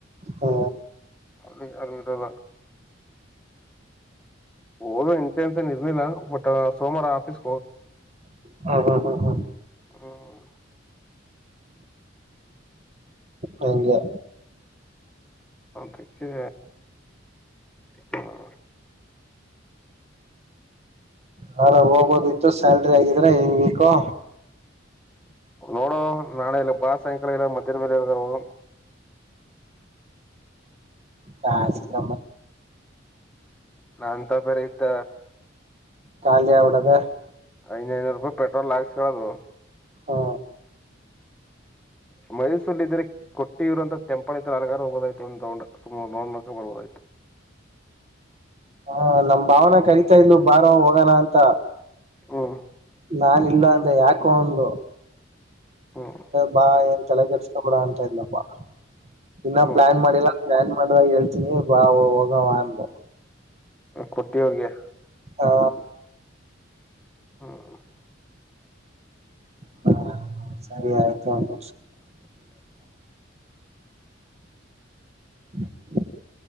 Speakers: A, on the right (about 35°); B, in the centre.
A: ಹಾ
B: ಅಲ್ಲಿ ಅಲ್ಲಿಡಲ. ಹೊಗ ಇಂತೆ ಅಂತ ಇರ್ನಿಲ್ಲ ಬಟ್ ಸೋಮಾರ ಆಫೀಸ್.
A: ಹಾ ಹಾ ಹಾ ಹಾ
B: ಹ್ಮ್
A: ಹಗೆ
B: ಅದಕ್ಕೆ ಹ್ಮ
A: ನಾಳೆ ಹೋಗೋದಿತ್ತು ಸ್ಯಾಲ್ರಿ ಆಗಿದ್ರ ಹಂಗ ವಿಕು
B: ನೋಡು ನಾಳೆ ಎಲ್ಲ ಬಾ ಸಾಯಂಕಾಲ ಎಲ್ಲ ಮಧ್ಯರ ಮೇಲೆ ಹೋಗೋಣ
A: ಖಸಿಲ
B: ನಾಂತ ಬರೆ ಇದ್ದ
A: ಖಾಲಿ ಹಗ್ಬಿಟಿದೆ
B: ಐದೈನೂರು ರೂಪಾಯಿ ಪೆಟ್ರೋಲ್ ಲಾಕ್ಸ ಹೇಳೋದು
A: ಹಾ
B: ಮೈಸೂರ್ಲ್ಲಿ ಇದ್ರೆ ಕೊಟ್ಟಿ ಇರುವೋಂತ ಟೆಂಪಲ್ ಐ ಹರಗಾರ್ ಹೋಗಬೋದಾಯ್ತ ನೋಡ್ ನಕ ಬಬೋದಯ್
A: ಆ ನಮ್ಮ ಭಾವನೆ ಕರಿತಾ ಇಡಲು ಬಾರ ಹೋಗೋಣ ಅಂತ
B: ಹಾ
A: ನಾನ ಇಲ್ಲ ಅಂದ್ರೆ ಯಾಕೋ ಒಂದು
B: ಹ್ಮ್
A: ಬಾ ಎ ತಲೆ ಕೆಟ್ಸ್ತಾಬಡ ಅಂತಾ ಇದಲ್ಲಪ್ಪಾ ಇನ್ನ
B: ಹ್ಮ್
A: ಪ್ಲಾನ್ ಮಾಡಿಲ್ಲ ಪ್ಲಾನ್ ಮಾಡುವಾಗ ಹೇಳ್ತೀನಿ ಬಾ ಹೋಗವ ಅಂದು
B: ಕುಟ್ಟಿ ಹೋಗಿಯಾ
A: ಹಾ
B: <unintelligible>
A: ಹಾ ಸರಿಯತನ್ನ <unintelligible>